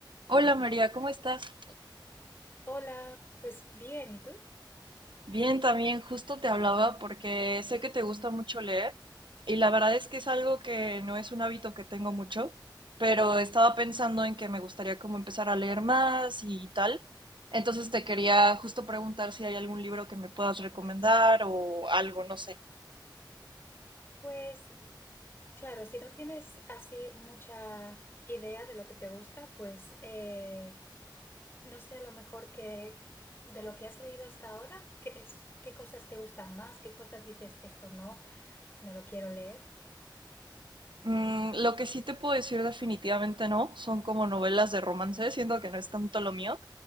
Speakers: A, on the right; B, on the left.
A: Hola María, ¿cómo estás?
B: Hola, pues bien, ¿y tú?
A: Bien, también justo te hablaba porque sé que te gusta mucho leer y la verdad es que es algo que no es un hábito que tengo mucho, pero estaba pensando en que me gustaría como empezar a leer más y tal. Entonces te quería justo preguntar si hay algún libro que me puedas recomendar o algo, no sé.
B: Pues claro, si no tienes así mucha idea de lo que te gusta, pues eh, no sé a lo mejor que de lo que has leído hasta ahora, ¿qué es, qué cosas te gustan más? ¿Qué cosas dices esto no, no lo quiero leer?
A: Mm, lo que sí te puedo decir definitivamente no, son como novelas de romance, siento que no es tanto lo mío.